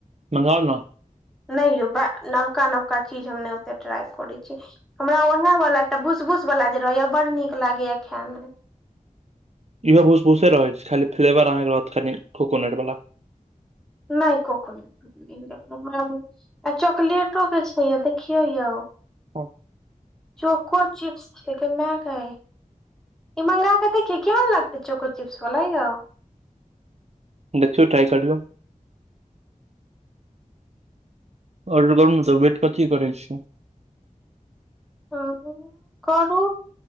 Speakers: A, on the right; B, in the centre.
A: मंगाउ ना
B: नहि यौ बै नबका नबका चीज हम नहि ओते ट्राइ करै छी हमरा ओएह वालला एकटा बूसबूस वला जे रहैया बडड़ नीक लागैए खायमे
A: इहो भूस भूसे रहैत छै खाली फ्लेवर अहाँके रहत कनि कोकोनट वाला
B: नहि कोकोनट चकलेट के छे यो देखियो यो
A: हूँ
B: चोको चिप्स छै गे मै गए ई मगाऽ क देखिये केहन लागतै चोको चिप्स बला य
A: देखियो ट्राइ करियो ऑर्डर करू ने तऽ वेट कथी करै छै
B: ह करू